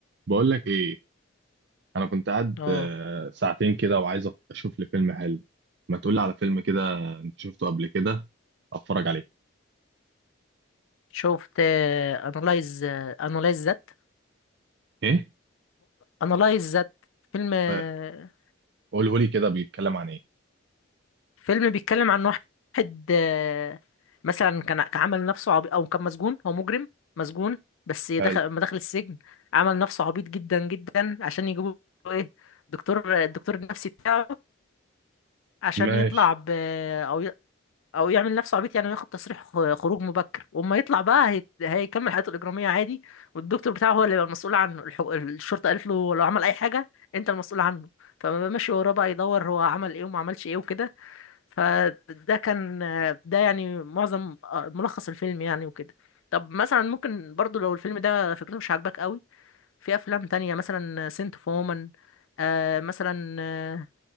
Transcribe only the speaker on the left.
اه
شفت انالايز انالايز ذات
انالايز ذات فيلم آه،
فيلم بيتكلم عن واحد آه، مثلا كان كان عمل نفسه عبيط او كان مسجون هو مجرم مسجون بس دخل
لما دخل السجن عمل نفسه عبيط جدا جدا عشان يجيبوا ايه دكتور الدكتور النفسي بتاعه عشان
يطلع ب آه، او او يعمل نفسه عبيط يعني وياخد تصريح خ- خروج مبكر واما يطلع بقى هيت- هيكمل حياته الاجراميه عادي والدكتور بتاعه هو اللي يبقى المسؤول عنه الح- الشرطه قالت له لو عمل اي حاجه انت المسؤول عنه فما ماشي وراه بقى يدور هو عمل ايه وما عملش ايه وكده فده كان ده يعني معظم آه، ملخص الفيلم يعني وكده طب مثلا ممكن برضو لو الفيلم ده فكرته مش عاجباك قوي في افلام تانية مثلا سنت فومن آه مثلا آه